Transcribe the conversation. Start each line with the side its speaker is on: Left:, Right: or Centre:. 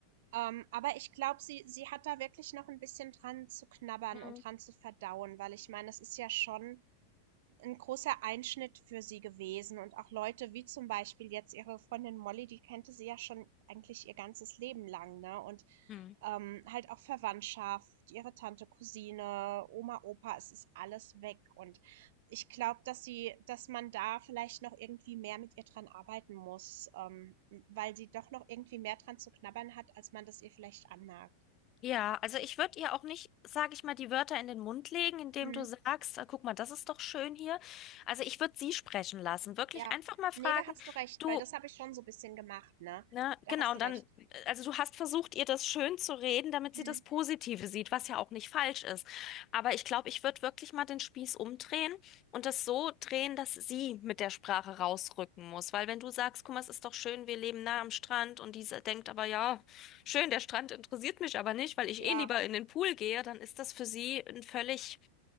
Right: Ähm, aber ich glaube, sie sie hat da wirklich noch ein bisschen dran zu knabbern
Left: Hm.
Right: und dran zu verdauen, weil ich meine, es ist ja schon ein großer Einschnitt für sie gewesen und auch Leute wie zum Beispiel jetzt ihre Freundin Molly, die kannte sie ja schon eigentlich ihr ganzes Leben lang, ne? Und,
Left: Hm.
Right: ähm, halt auch Verwandtschaft, ihre Tante, Cousine, Oma, Opa, es ist alles weg. Und ich glaube, dass sie dass man da vielleicht noch irgendwie mehr mit ihr dran arbeiten muss, ähm, weil sie doch noch irgendwie mehr dran zu knabbern hat, als man das ihr vielleicht anmerkt.
Left: Ja, also ich würde ihr auch nicht, sage ich mal, die Wörter in den Mund legen, indem
Right: Mhm.
Left: du sagst, äh, guck mal, das ist doch schön hier. Also ich würde sie sprechen lassen. Wirklich
Right: Ja.
Left: einfach mal fragen,
Right: nee da hast du recht,
Left: du,
Right: weil das habe ich schon so ein bisschen gemacht, ne?
Left: Ne?
Right: Da
Left: Genau,
Right: hast
Left: und
Right: du recht.
Left: dann, also du hast versucht, ihr das schön zu reden, damit
Right: Mhm.
Left: sie das Positive sieht, was ja auch nicht falsch ist. Aber ich glaube, ich würde wirklich mal den Spieß umdrehen und das so drehen, dass sie mit der Sprache rausrücken muss. Weil wenn du sagst, guck mal, es ist doch schön, wir leben nah am Strand und diese denkt aber, ja, schön, der Strand interessiert mich aber nicht, weil ich
Right: Ja.
Left: eh lieber in den Pool gehe, dann ist das für sie ein völlig